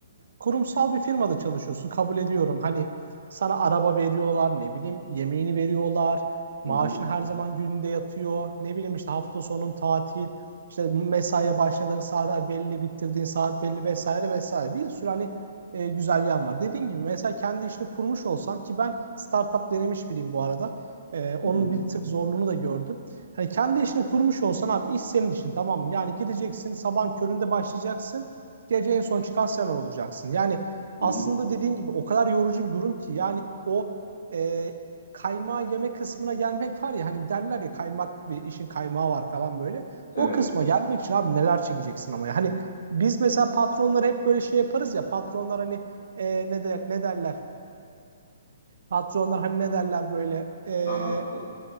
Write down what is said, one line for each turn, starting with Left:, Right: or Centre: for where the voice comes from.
Right: kurumsal bir firmada çalışıyorsun kabul ediyorum. Hani sana araba veriyorlar, ne bileyim yemeğini veriyorlar, maaşın
Left: Hı hı,
Right: her zaman gününde yatıyor. Ne bileyim işte hafta sonun tatil, işte mesaiye başladığın saat belli, bitirdiğin saat belli vesaire vesaire. Bir sürü hani e, güzel yan var. Dediğin gibi mesela kendi işini kurmuş olsan ki ben startup denemiş biriyim bu arada. E, onun
Left: hı hı,
Right: bir tık zorluğunu da gördüm. Hani kendi işini kurmuş olsan abi iş senin işin tamam mı? Yani gideceksin sabahın köründe başlayacaksın gece en son çıkan sen olacaksın. Yani
Left: hı
Right: aslında
Left: hı.
Right: dediğin gibi o kadar yorucu bir durum ki yani o e, kaymağı yeme kısmına gelmek var ya hani derler ya kaymak bir işin kaymağı var falan böyle.
Left: Evet,
Right: O kısma gelmek için abi neler çekeceksin ama ya. hani biz mesela patronlar hep böyle şey yaparız ya patronlar hani e, ne der, ne derler? Patronlar hani ne derler böyle e,
Left: rahattır.